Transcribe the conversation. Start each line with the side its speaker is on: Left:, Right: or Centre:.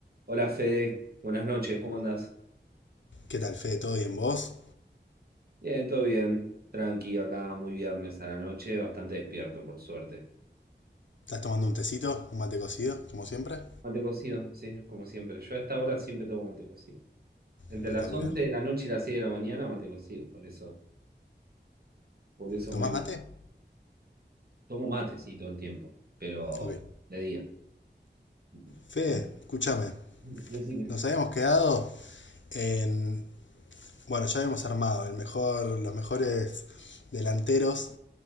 Right: Hola Fede, buenas noches, ¿cómo andás?
Left: ¿Qué tal, Fede? ¿Todo bien vos?
Right: Bien, todo bien, tranqui, acá muy viernes a la noche, bastante despierto por suerte.
Left: ¿Estás tomando un tecito? ¿Un mate cocido? Como siempre.
Right: Mate cocido, sí, como siempre. Yo a esta hora siempre tomo mate cocido. Entre
Left: Espectacular.
Right: las 11 de la noche y las 6 de la mañana mate cocido, por eso, por eso
Left: ¿Tomás
Right: me
Left: mate?
Right: tomo mate, sí, todo el tiempo, pero
Left: Ok.
Right: de día. <laughs>
Left: Fede, escúchame.
Right: Decime.
Left: Nos habíamos quedado en... Bueno, ya habíamos armado el mejor, los mejores delanteros